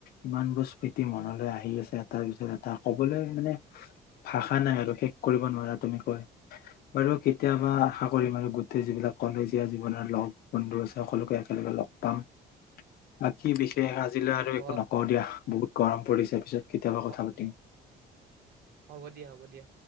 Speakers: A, on the left; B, on the right.
A: ইমান বোৰ ম্মতি মনলৈ আহি আছে এটাৰ পিছত এটা কবলৈ মানে ভাষা নাই আৰু শেষ কৰিব নোৱাৰা তুমি কৈ বাৰু কেতিয়াবা আশা কৰিম আৰু গোটেই যিবিলাক কলেজীয়া জীৱনৰ লগ বন্ধু আছে সকলোকে একেলগে লগ পাম বাকী বিশেষ আজিলৈ আৰু একো
B: অ
A: নকওঁ দিয়া বহুত গৰম পৰিছে পিছত কেতিয়াবা
B: হ-
A: কথা পাতিম
B: হ'ব দিয়া হ'ব দিয়া